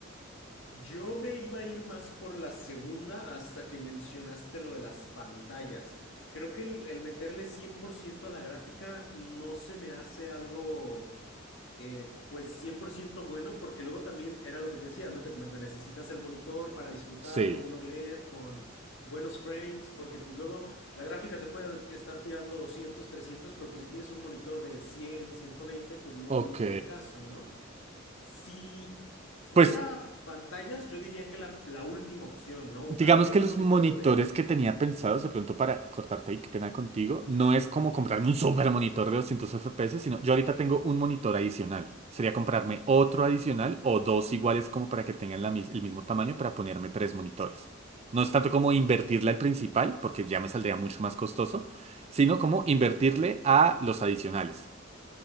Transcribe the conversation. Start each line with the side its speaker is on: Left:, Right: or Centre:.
Left: Yo me iba a ir más por la segunda hasta que mencionaste lo de las pantallas. Creo que el, el meterle 100% a la gráfica no se me hace algo, eh, pues 100% bueno, porque luego también era lo que te decía, ¿no? Te comento, necesitas el monitor para disfrutarlo,
Right: Sí,
Left: un OLED con buenos frames, porque pues luego la gráfica te puede estar tirando 200, 300, pero pues si tienes un monitor de cien, ciento veinte, pues no,
Right: ok.
Left: no tiene caso, ¿no? Si fuera
Right: Pues
Left: pantallas, yo diría que la, la última opción, ¿no?
Right: Digamos
Left: A- Un
Right: que los
Left: monitor
Right: monitores
Left: OLED.
Right: que tenía pensados, de pronto para cortarte ahí, qué pena contigo, no es
Left: No,
Right: como
Left: no te preocupes.
Right: comprarme un super monitor de 200 FPS, sino yo ahorita tengo un monitor adicional. Sería comprarme otro adicional o dos iguales como para que tengan la mis- el mismo tamaño para ponerme tres monitores. No es tanto como invertirle al principal, porque ya me saldría mucho más costoso, sino como invertirle a los adicionales.